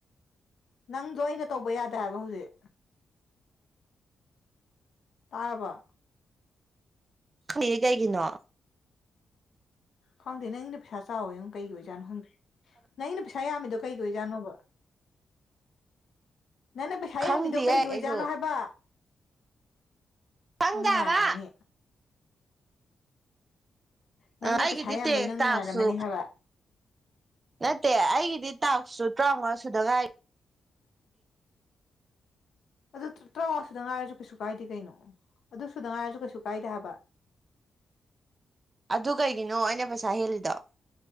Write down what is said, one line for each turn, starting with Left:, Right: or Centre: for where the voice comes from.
Left: ꯅꯪꯗꯣ ꯑꯩꯅ ꯇꯧꯕ ꯌꯥꯗꯦ ꯍꯥꯏꯕ ꯍꯧꯖꯤꯛ ꯇꯥꯔꯕꯣ
Right: ꯈꯩꯗꯦ ꯀꯩꯒꯤꯅꯣ
Left: ꯈꯪꯗꯦ ꯅꯪꯒꯤꯅ ꯄꯩꯁꯥ ꯆꯥꯎꯋꯤꯉꯣ ꯀꯩꯒꯤ ꯑꯣꯏꯖꯥꯠꯅꯣ ꯈꯪꯗꯦ ꯅꯪꯒꯤꯅ ꯄꯩꯁꯥ ꯌꯥꯝꯃꯤꯗꯣ ꯀꯩꯒꯤ ꯑꯣꯏꯖꯥꯠ ꯅꯣꯕ ꯅꯪꯅ ꯄꯩꯁꯥ
Right: ꯈꯪꯗꯤꯌꯦ
Left: ꯌꯥꯝꯃꯤꯗꯣ ꯀꯩꯒꯤ
Right: ꯑꯩꯁꯨ
Left: ꯑꯣꯏꯖꯥꯠꯅꯣ ꯍꯥꯏꯕ
Right: ꯈꯪꯗꯦ
Left: ꯅꯪ ꯅꯨꯡꯉꯥꯏꯔꯝꯃꯅꯤ
Right: ꯍꯥꯏꯕ
Left: ꯅꯪꯅ
Right: ꯑ ꯑꯩꯒꯤꯗꯤ
Left: ꯄꯩꯁꯥ ꯌꯥꯝꯕꯩ
Right: ꯇꯦꯛ
Left: ꯅꯪ ꯅꯨꯡꯉꯥꯏꯔꯝꯃꯅꯤ
Right: ꯇꯥꯛꯁꯨ
Left: ꯍꯥꯏꯕ
Right: ꯅꯠꯇꯦ ꯑꯩꯒꯤꯗꯤ ꯇꯥꯛꯁꯨ ꯇꯔꯥꯎꯉꯥ ꯁꯨꯗ ꯉꯥꯏꯔꯤ
Left: ꯑꯗꯨ ꯇꯔꯥꯎꯉꯥꯁꯨꯗ ꯉꯥꯏꯔꯁꯨ ꯀꯩꯁꯨ ꯀꯥꯏꯗꯦ ꯀꯩꯅꯣ ꯑꯗꯨꯁꯨꯗ ꯉꯥꯏꯔꯁꯨ ꯀꯩꯁꯨ ꯀꯥꯏꯗꯦ ꯍꯥꯏꯕ
Right: ꯑꯗꯨ ꯀꯩꯒꯤꯅꯣ ꯑꯩꯅ ꯄꯩꯁꯥ ꯍꯦꯜꯂꯤꯗꯣ